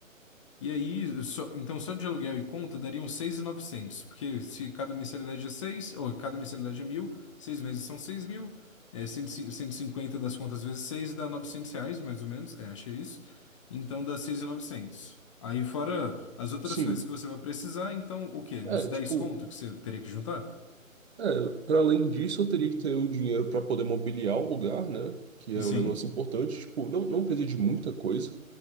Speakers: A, on the left; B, on the right.
A: E aí, só- então só de aluguel e conta dariam seis mil e novecentos porque se cada mensalidade é 6 ou cada mensalidade é mil seis meses são 6 mil, é 150 das contas vezes 6 dá 900 reais, mais ou menos, é, acho que é isso. Então dá 6.900. Aí fora as outras
B: Sim.
A: coisas que você vai precisar, então o quê? Uns
B: É,
A: dez
B: tipo,
A: conto que você teria que juntar?
B: É, para além disso, eu teria que ter o dinheiro para poder mobiliar o lugar, né? Que é
A: Sim.
B: um negócio importante. Tipo, não, não precisa de muita coisa.